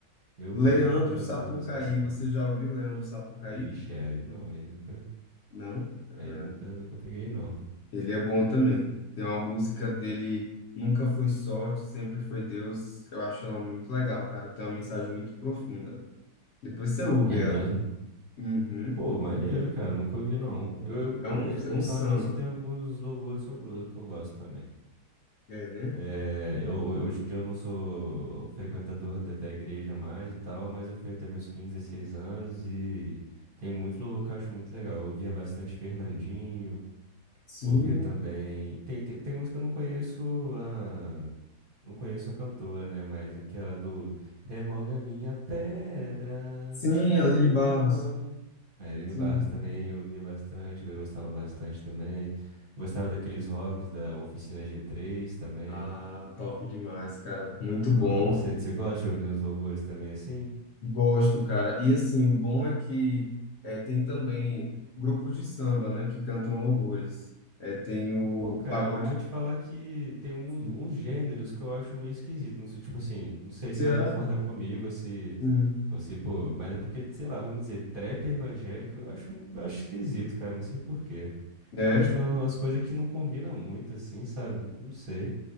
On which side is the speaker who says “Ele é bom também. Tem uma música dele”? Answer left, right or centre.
Left